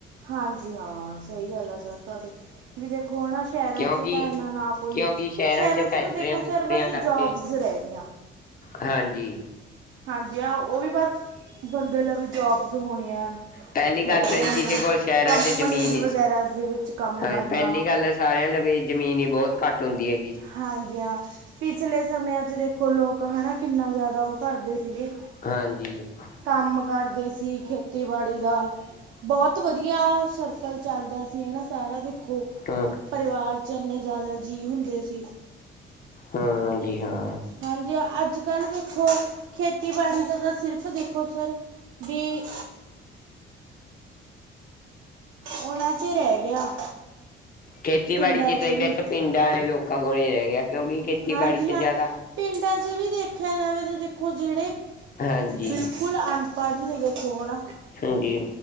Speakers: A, on the right; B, on the left.
A: ਹਾਂਜੀ ਹਾਂ ਸਹੀ ਗੱਲ ਆ ਸਰ ਤੁਹਾਡੀ ਵੀ ਦੇਖੋ ਹਨਾ ਸ਼ਹਿਰਾਂ
B: ਕਿਉਂਕਿ
A: ਚ ਤਾਂ ਇੰਨਾ ਨਾ ਕੋਈ
B: ਕਿਉਂਕਿ
A: ਸ਼ਹਿਰਾਂ ਚ
B: ਫੈਕਟਰੀਆਂ
A: ਤਾਂ ਦੇਖੋ
B: ਫੁਕਟਰੀਆਂ
A: ਸਰ ਬਸ
B: ਕਰਕੇ
A: ਜੋਬਜ ਰਹਿ ਗਈਆਂ
B: ਹਾਂਜੀ
A: ਹਾਂਜੀ ਆ ਉਹ ਵੀ ਬਸ ਬੰਦੇ ਲਵੇ ਜੋਬਸ ਹੋਣੀਆਂ
B: ਪਹਿਲੀ
A: ਹੈਗੀਆਂ
B: ਗੱਲ ਤਾਂ ਜੀ ਕਿਸੇ
A: ਨੇ
B: ਕੋਲ ਸ਼ਹਿਰਾਂ
A: ਕੰਪਨੀਜ਼
B: ਚ ਜ਼ਮੀਨ
A: ਵਗੈਰਾ ਦੇ ਵਿੱਚ ਕੰਮ
B: ਹਾਂਜੀ
A: ਕਰਨਾ
B: ਪਹਿਲੀ ਗੱਲ ਸਾਰਿਆਂ ਲਵੇ ਜ਼ਮੀਨ ਹੀ ਬਹੁਤ ਘੱਟ ਹੁੰਦੀ ਏ
A: ਹਾਂਜੀ, ਹਾਂ ਪਿਛਲੇ ਸਮਿਆਂ ਚ ਦੇਖੋ ਲੋਕ ਹਨਾ ਕਿੰਨਾ ਜਿਆਦਾ ਉਹ ਕਰਦੇ ਸੀਗੇ
B: ਹਾਂਜੀ
A: ਕੰਮ ਕਰਦੇ ਸੀ ਖੇਤੀਬਾੜੀ ਦਾ ਬਹੁਤ ਵਧੀਆ ਸਰਕਲ ਚੱਲਦਾ ਸੀ ਹਨਾ ਸਾਰਾ ਦੇਖੋ।
B: ਹੂੰ
A: ਪਰਿਵਾਰ ਚ ਇੰਨੇ ਜਿਆਦਾ ਜੀਅ ਹੁੰਦੇ ਸੀ
B: ਹਾਂਜੀ, ਹਾਂ
A: ਹਾਂਜੀ ਅੱਜ ਕੱਲ੍ਹ ਦੇਖੋ ਖੇਤੀਬਾੜੀ ਦਾ ਤਾਂ ਸਿਰਫ ਦੇਖੋ ਸਰ, ਵੀ ਓਨਾਂ ਚ ਰਹਿ ਗਿਆ।
B: ਖੇਤੀਬਾੜੀ
A: ਪਿੰਡਾਂ
B: ਚ ਤਾਂ
A: ਹੀ
B: ਜੀ ਬੈਸ ਪਿੰਡਾਂ ਆਲੇ ਲੋਕਾਂ ਕੋਲੇ ਰਹਿ ਗਿਆ ਕਿਉਂਕਿ ਖੇਤੀਬਾੜੀ
A: ਹਾਂਜੀ
B: 'ਚ ਜ਼ਿਆਦਾ
A: ਹਾਂ ਪਿੰਡਾਂ ਚ ਵੀ ਦੇਖਿਆ ਜਾਵੇ ਤਾਂ ਦੇਖੋ ਜਿਹੜੇ
B: ਹਾਂਜੀ
A: ਬਿਲਕੁਲ ਅਨਪੜ੍ਹ ਨੇ ਵੇਖੋ ਹਨਾ
B: ਹਾਂਜੀ